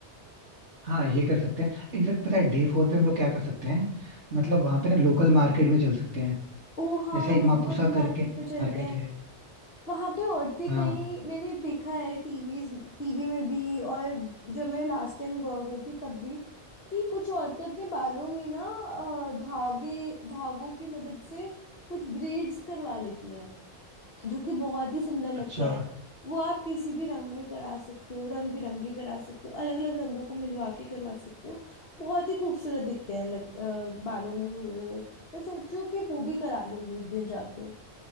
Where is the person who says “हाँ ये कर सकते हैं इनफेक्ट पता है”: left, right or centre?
Right